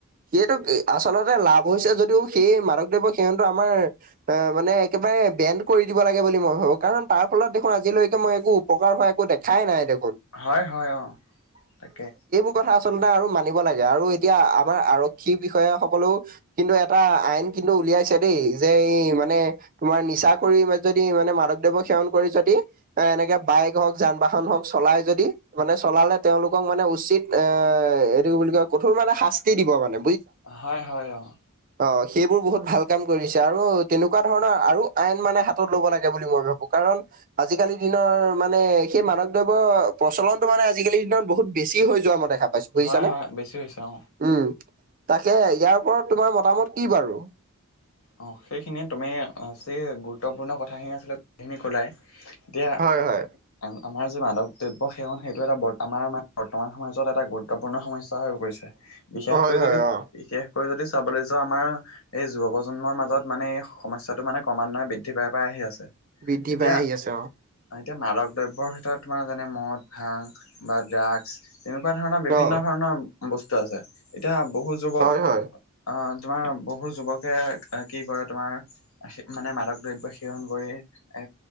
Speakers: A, on the right (about 40°); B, on the left (about 70°).
A: সেইটো আচলতে লাভ হৈছে যদিও সেই মাধক দ্ৰব্য সেৱনটো আমাৰ এ মানে একেবাৰে বেণ্ড কৰি দিব লাগে বুলি মই ভাবো, কাৰণ তাৰ ফলত দেখোন আজিলৈকে মই একো উপকাৰ হোৱা একো দেখাই নাই দেখোন।
B: হয় হয় অ' তাকে।
A: এইবোৰ কথা আচলতে আৰু মানিব লাগে আৰু এতিয়া আমাৰ আৰক্ষী বিষয়া সকলো কিন্তু এটা আইন কিন্তু উলিয়াইছে দেই যে ই মানে তোমাৰ নিচা কৰি যদি মানে মাদক দ্ৰব্য সেৱন কৰি যদি এ এনেকে বাইক হওক যান বাহন হওক চলাই যদি মানে চলালে তেওঁলোকক মানে উচিত এ এইটো বুলি কয় কঠোৰ মানে শাস্তি দিব মানে।
B: হয় হয় অঁ।
A: অঁ সেইবোৰ বহুত ভাল কাম কৰিছে আৰু তেনেকুৱা ধৰণৰ আৰু আইন মানে হাতত ল'ব লাগে বুলি মই ভাবো কাৰণ, আজিকালি দিনৰ মানে সেই মাদক দ্ৰব্য প্ৰচলনটো মানে আজিকালিৰ দিনত বহুত বেছি হৈ যোৱা মই দেখা পাইছোঁ, বুজিছা
B: হয়
A: নে?
B: হয় বেছি হৈছে অ
A: উম। তাকে ইয়াৰ ওপৰত তোমাৰ মতামত কি বাৰু?
B: অঁ সেইখিনিয়ে তুমি যি গুৰুত্বপূৰ্ণ কথাখিনি আছিলে গোটেইখিনি ক'লাই দিয়া
A: হয় হয়
B: আমা আমাৰ যে মাদক দ্ৰব্য সেৱন সেইটো এটা আমাৰ বৰ্তমান সমাজত এটা গুৰুত্বপূৰ্ণ সমস্যা হৈ পৰিছে। বিশেষকৈ
A: হয় হয়
B: যদি
A: অ
B: বিশেষকৈ যদি চাবলৈ যাওঁ আমাৰ এই যুৱ প্ৰজন্মৰ মাজত মানে এই সমস্যাটো মানে ক্ৰমান্বয়ে বৃদ্ধি পাই পাই আহি আছে।
A: বৃদ্ধি
B: এতিয়া
A: পাই আহি আছে অঁ।
B: এতিয়া মাদক দ্ৰব্যৰ ভিতৰত তোমাৰ যেনে মদ, ভাং, বা ড্ৰাগছ তেনেকুৱা ধৰণৰ বিভিন্ন
A: অ
B: ধৰণৰ বস্তু আছে এতিয়া বহুত যুৱক
A: হয় হয়
B: অ তোমাৰ বহু যুৱকে কি কৰে তোমাৰ এহে মানে মাদক দ্ৰব্য সেৱন কৰি এ